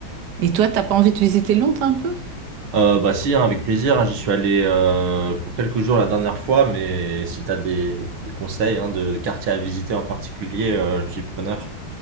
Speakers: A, on the right; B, on the right.
A: Et toi, t'as pas envie de visiter Londres un peu?
B: Euh, bah si, hein, avec plaisir. hein, j'y suis allé euh, pour quelques jours la dernière fois, mais si t'as des, des conseils hein, de quartiers à visiter en particulier, euh, je suis preneur.